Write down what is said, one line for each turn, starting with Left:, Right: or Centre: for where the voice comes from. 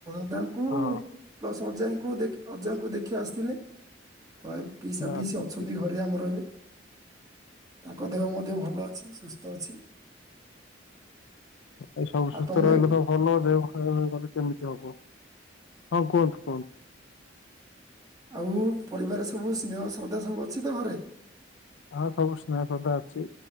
Right: <inaudible>
Left: ହଁ
Right: ପ୍ଲସ <inaudible> ଙ୍କୁ ଅଜାଙ୍କୁ ଦେଖି ଆସିଥିଲେ। ତ ଏ ପିଇସା
Left: ଆଚ୍ଛା
Right: ପିଇସା
Left: ଠିକ୍।
Right: ଅଛନ୍ତି ଘରେ ଆମର ଏବେ। ତାଙ୍କ ଦେହ ମଧ୍ୟ ଭଲ ଅଛି ସୁସ୍ଥ ଅଛି।
Left: ଏ ସବୁ ସୁସ୍ଥ
Right: ଆଉ ତମେ
Left: ରହିଲେ ତ ଭଲ ଦେହ ଭଲ । କେମିତି ହବ? ହଁ କୁହନ୍ତୁ କୁହନ୍ତୁ।
Right: ଆଉ ପରିବାର ସବୁ ସ୍ନେହ ଶ୍ରଦ୍ଧା ସବୁ ଅଛି ତ ଘରେ?
Left: ହଁ ସବୁ ସ୍ନେହ ସଧା ଅଛି,